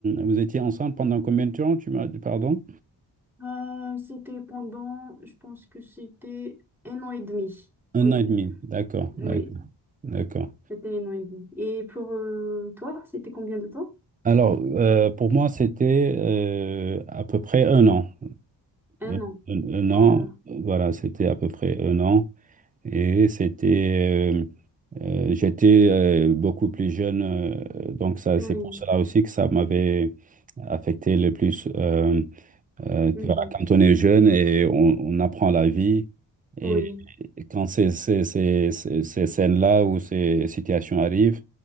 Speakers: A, on the right; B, in the centre.
A: vous étiez ensemble pendant combien de temps, tu m'as dit, pardon?
B: Euh, c'était pendant, je pense que c'était un an et demi.
A: Un
B: Oui,
A: an et demi, d'accord, d'accord,
B: oui,
A: d'accord.
B: c'était un an et demi. Et pour euh, toi, c'était combien de temps?
A: Alors, euh, pour moi, c'était euh, à peu près un an.
B: Un
A: Un,
B: an.
A: un- un an,
B: Ah,
A: voilà, c'était à peu près un an. Et c'était, euh, euh, j'étais euh, beaucoup plus jeune, euh, donc ça,
B: oui,
A: c'est pour cela aussi que ça m'avait affecté le plus. Euh, Euh,
B: mhm.
A: tu vois, quand on est jeune et on, on apprend la vie, et,
B: Oui,
A: et quand ces, ces, ces, ces- ces scènes-là ou ces situations arrivent,